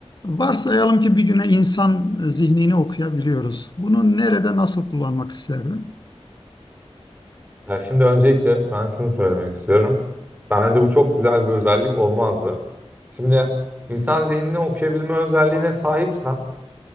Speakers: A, on the left; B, on the right.
A: Varsayalım ki bir güne insan zihnini okuyabiliyoruz. Bunu nerede nasıl kullanmak isterdim?
B: Ya şimdi öncelikle ben şunu söylemek istiyorum. Bence bu çok güzel bir özellik olmazdı. Şimdi insan zihnini okuyabilme özelliğine sahipsem